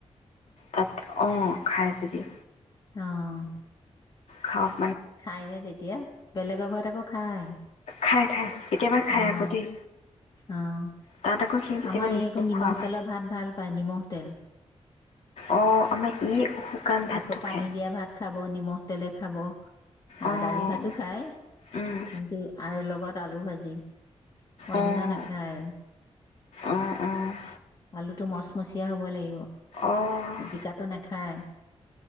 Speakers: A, on the left; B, on the left.
A: তাত অ'। খায় যদি।
B: অ'।
A: খাওঁক।
B: খাইনে তেতিয়া বেলেগৰ ঘৰত আকৌ খাই।
A: খাই খাই। কেতিয়াবা খাই
B: অ'
A: আকৌ দেই
B: অ'
A: তাত আকৌ সি কেতিয়াবা
B: আমাৰ
A: নিজেও
B: এই নিমখ
A: খোৱা হয়
B: তেলৰ ভাত ভাল পায় নিমখ তেল।
A: অ' আমাৰ ই শুকান ভাতটো
B: আকৌ পানী
A: খায়।
B: দিয়া ভাত খাব। নিমখ তেলে খাব। আৰু
A: অ',
B: দালি ভাতো খাই
A: উম,
B: কিন্তু আৰু লগত আলু ভাজি অন্য
A: অ',
B: নাখায়।
A: অ', অ',
B: আলুটো মচমচীয়া হব লাগিব
A: অ',
B: পিটিকাটো নাখায়।